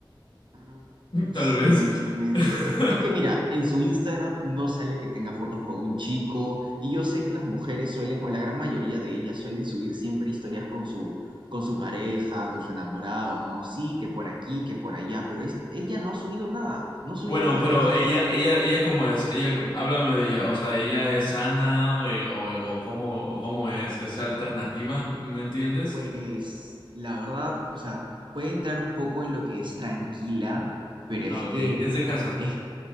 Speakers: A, on the right (about 60°); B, on the left (about 65°).
A: Ah,
B: <laughs>
A: No
B: Tal
A: sé,
B: vez.
A: honestamente.
B: <laughs>
A: Es, es que mira, en su Instagram no sale que tenga fotos con un chico y yo sé que las mujeres suelen, o la gran mayoría de ellas suelen subir siempre historias con su, con su pareja, con su enamorado, ¿no? Sí, que por aquí, que por allá, pero es, ella no ha subido nada, no ha subido
B: Bueno,
A: nada.
B: pero
A: Entonces,
B: ella, ella, ella cómo es, ella, háblame de ella, o sea, ella es sana eh, o, o cómo, o cómo es, es alternativa, ¿me entiendes?
A: pues la verdad, o sea, puede entrar un poco en lo que es tranquila, pero
B: Ah,
A: es
B: ok,
A: que...
B: es de casa,
A: es